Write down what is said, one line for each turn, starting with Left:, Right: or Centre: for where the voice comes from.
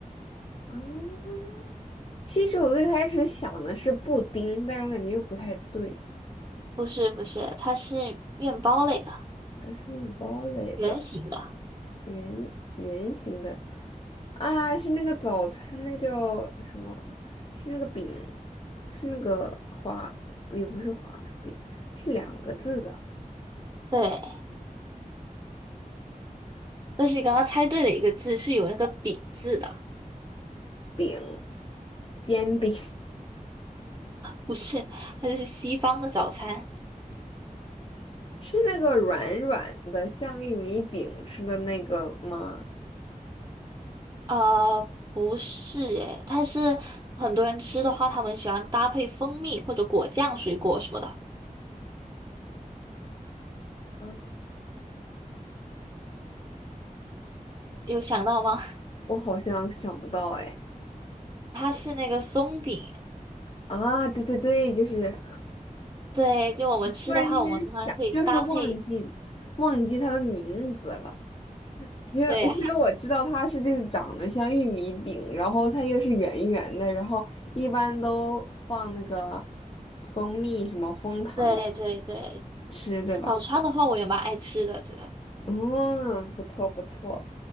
Left: 啊、其实我最开始想的是布丁，但是我感觉又不太对。
Right: 不是不是，它是面包类的，
Left: 它是面包类的，
Right: 圆形的。
Left: 圆圆形的啊，是那个早餐，那个叫什么？就是那个饼，是那个华，也不是华夫饼，是两个字的
Right: 对，但是你刚刚猜对了一个字，是有那个饼字的，
Left: 饼，煎饼，<laughs>
Right: 不是，它就是西方的早餐。
Left: 是那个软软的，像玉米饼似的那个吗？
Right: 呃，不是诶，它是很多人吃的话，他们喜欢搭配蜂蜜或者果酱、水果什么的，
Left: 嗯，
Right: 有想到吗？
Left: 我好像想不到哎。
Right: 它是那个松饼，
Left: 啊，对对对，就是
Right: 对，就我们吃的话，
Left: 突然间想，
Right: 我们通常会搭配。
Left: 就是忘记忘记它的名字了，因为
Right: 对，
Left: <laughs> 因为我知道它是就是长得像玉米饼，然后它又是圆圆的，然后一般都放那个蜂蜜什么蜂糖
Right: 对对对，
Left: 吃，对吧？
Right: 早茶的话我也蛮爱吃的，这个。
Left: 嗯，不错不错。